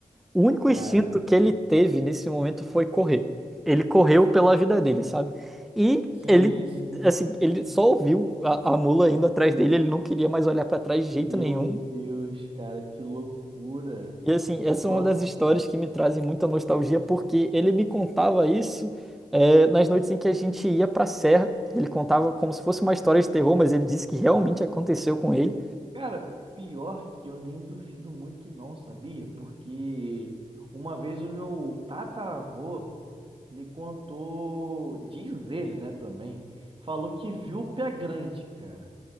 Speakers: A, in the centre; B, on the right.
A: O único
B: Caraca.
A: instinto que ele teve nesse momento foi correr. Ele correu pela vida dele, sabe? E
B: Sim,
A: ele,
B: sim.
A: assim, ele só ouviu a, a mula indo atrás dele, ele não queria mais olhar pra trás
B: Meu
A: de jeito nenhum
B: Deus, cara, que loucura.
A: e assim, essa
B: Nossa.
A: é uma das histórias que me trazem muita nostalgia, porque ele me contava isso é, nas noites em que a gente ia pra serra. Ele contava como se fosse uma história de terror, mas ele disse que realmente aconteceu com ele.
B: Cara, pior que eu nem duvido muito não, sabia? Porque uma vez o meu tataravô me contou, diz ele, né, também, falou que viu o pé grande, cara.